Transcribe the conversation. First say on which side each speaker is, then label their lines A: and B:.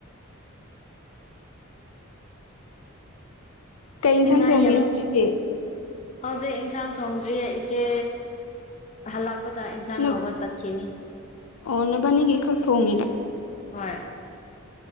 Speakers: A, on the left; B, on the left.
A: ꯀꯩ ꯏꯟꯁꯥꯡ
B: ꯅꯤꯡꯉꯥꯏ
A: ꯊꯣꯡꯉꯤꯅꯣ
B: ꯌꯥꯝ ꯌꯥꯝ
A: ꯍꯧꯖꯤꯛꯇꯤ
B: ꯍꯧꯖꯤꯛ ꯏꯟꯁꯥꯡ ꯊꯣꯡꯗ꯭ꯔꯤꯌꯦ ꯏꯆꯦ ꯍꯜꯂꯛꯄꯗ ꯍꯟꯁꯥꯡ
A: ꯅ
B: ꯂꯧꯕ ꯆꯠꯈꯤꯅꯤ
A: ꯑꯣ ꯅꯕꯅꯤꯒ ꯈꯔꯛꯇꯑꯣꯣꯡꯉꯤꯔ
B: ꯍꯣꯏ